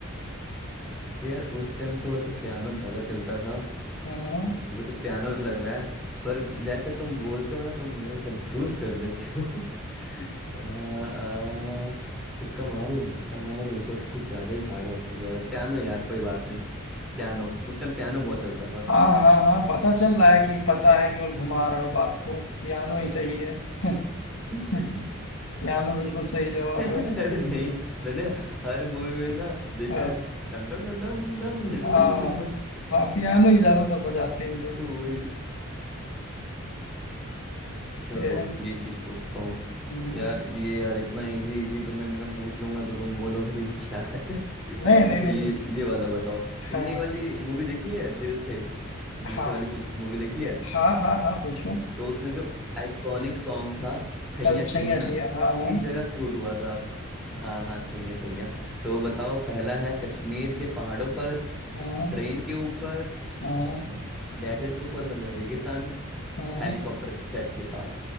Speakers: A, in the centre; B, on the left.
A: यार उस टाइम तो वैसे पियानो ज्यादा चलता था
B: हम्म,
A: मेरे को तो पियानो लग रहा है पर जैसे तुम बोलते हो ना तुम मेरे को कंफ्यूज कर देते हो <laughs> अ, अ, तुक्का मारूं तुक्का मारूं इस वक्त कुछ ज्यादा ही हार्ड हार्ड पूछ रहा पियानो यार कोई बात नहीं पियानो उस टाइम पियानो बहुत चलता था
B: हाँ हाँ हाँ पता चल रहा है कि पता है केवल घुमा रहे हो बात को पियानो ही सही है
A: <laughs>
B: <laughs> पियानो बिल्कुल सही जवाब
A: अरे
B: है
A: नहीं मैंने हर मूवी में ना देखा
B: हाँ
A: है डम डम डम डम डम डम
B: हाँ
A: डम डम डम
B: हाँ, पियानो ही ज्यादातर बजाते हैं ये लोग
A: तो वही चलो
B: ये, हम्म,
A: ये चीज पूछता हूँ
B: हम्म। हम्म।
A: यार ये यार इतना इजी इजी तुम्हें मैं पूछ लूंगा तो तुम बोलोगे ये क्या है <laughs>
B: नहीं नहीं
A: अच्छा
B: नहीं
A: ये
B: तो
A: ये वाला बताओ
B: है
A: तुमने ये वाली मूवी देखी है दिल से दिल
B: हाँ
A: से वाली मूवी देखी है
B: हाँ हाँ हाँ पूछो
A: तो उसमें जो आइकॉनिक सॉन्ग था छैया
B: कल
A: छैया
B: सही है सही है हाँ
A: किस
B: हाँ
A: जगह शूट हुआ था हाँ हाँ छैया छैया तो बताओ पहला है कश्मीर के पहाड़ों पर
B: हाँ
A: ट्रेन के ऊपर
B: हाँ
A: डेजर्ट के ऊपर मतलब रेगिस्तान
B: हाँ
A: हेलीकॉप्टर सेट के पास